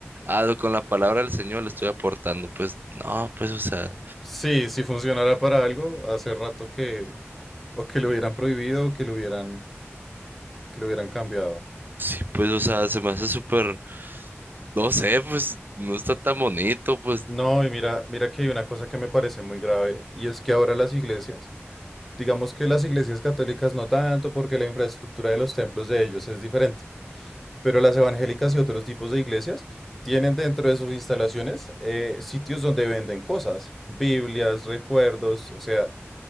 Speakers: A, on the right (about 45°); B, in the centre.
A: ah, con la palabra del Señor le estoy aportando, pues no, pues o sea,
B: Sí, si funcionara para algo, hace rato que o que lo hubieran prohibido o que lo hubieran que lo hubieran cambiado.
A: sí, pues o sea, se me hace súper, no sé, pues no está tan bonito, pues
B: No, y mira, mira que hay una cosa que me parece muy grave y es que ahora las iglesias Digamos que las iglesias católicas no tanto porque la infraestructura de los templos de ellos es diferente, pero las evangélicas y otros tipos de iglesias tienen dentro de sus instalaciones eh, sitios donde venden cosas, Biblias, recuerdos, o sea,